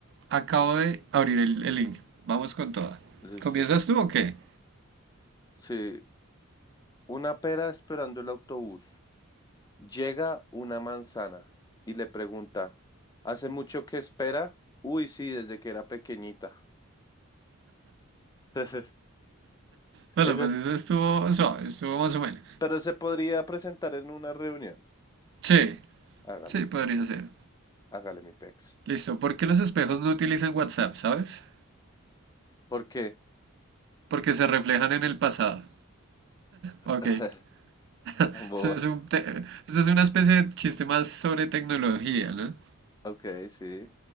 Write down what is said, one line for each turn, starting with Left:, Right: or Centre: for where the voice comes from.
Right: acabo de abrir el, el link. Vamos con toda.
Left: Listo.
Right: ¿Comienzas tú o qué?
Left: Sí, Una pera esperando el autobús. Llega una manzana y le pregunta, ¿hace mucho que espera? Uy, sí, desde que era pequeñita. <laughs> Ese
Right: Bueno,
Left: es,
Right: pues eso estuvo suave, estuvo más o menos.
Left: pero se podría presentar en una reunión.
Right: Sí,
Left: Hágale,
Right: sí, podría ser.
Left: hágale mi pex.
Right: Listo, ¿por qué los espejos no utilizan WhatsApp, sabes?
Left: ¿Por qué?
Right: Porque se reflejan en el pasado. Ok,
Left: <laughs>
Right: <laughs>
Left: Ambos.
Right: eso es un te- eso es una especie de chiste más sobre tecnología, ¿no?
Left: Ok, sí.